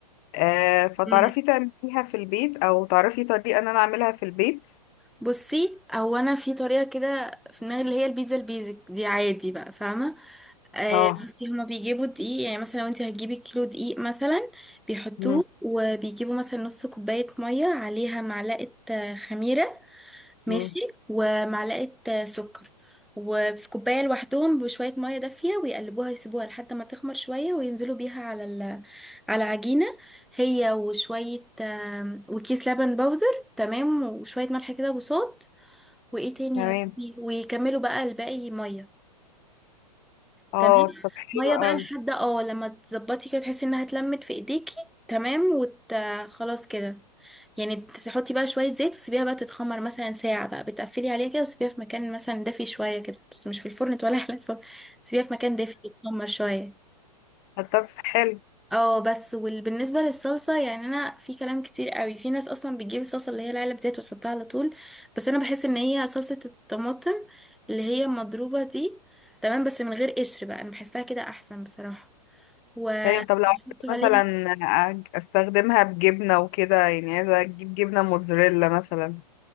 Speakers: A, on the left; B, in the centre.
A: آه فتعرفي
B: مم.
A: تعمليها في البيت او تعرفي طريقة ان انا اعملها في البيت؟
B: بصي هو انا في طريقه كده في دماغي اللي هي البيتزا البيزك دي عادي بقى فاهمه آه
A: اه
B: بصي هما بيجيبوا دقيق يعني مثلا لو انتي هتجيبي كيلو دقيق مثلا بيحطوه
A: مم.
B: وبيجيبوا مثلا نص كوبايه ميه عليها معلقه آه، خميره ماشي
A: مم.
B: ومعلقة سكر وفي كوباية لوحدهم بشوية مية دافية ويقلبوها يسيبوها لحد ما تخمر شوية وينزلوا بيها على ال... على عجينة هي وشوية آم، وكيس لبن بودر تمام وشوية ملح كده وصوت وايه تاني
A: تمام
B: يا ربي ويكملوا بقى الباقي مية
A: اه
B: تمام
A: طب حلو
B: ميه بقى
A: قوي
B: لحد اه لما تظبطي كده تحسي انها اتلمت في ايديكي تمام وت... خلاص كده يعني تحطي بقى شويه زيت وسيبيها بقى تتخمر مثلا ساعه بقى بتقفلي عليها كده وسيبيها في مكان مثلا دافي شويه كده بس مش في الفرن ولا <laughs> على الفرن سيبيها في مكان دافي تتخمر شويه
A: طب حلو
B: اه بس وبالنسبه للصلصه يعني انا في كلام كتير قوي في ناس اصلا بتجيب الصلصه اللي هي العلب ديت وتحطها على طول بس انا بحس ان هي صلصه الطماطم اللي هي مضروبه دي تمام بس من غير قشر بقى انا بحسها كده احسن بصراحه ونحط
A: تمام طب لو عايزة
B: عليها
A: مثلا أج- استخدمها بجبنة وكده يعني عايزة اجيب جبنة موتزاريلا مثلا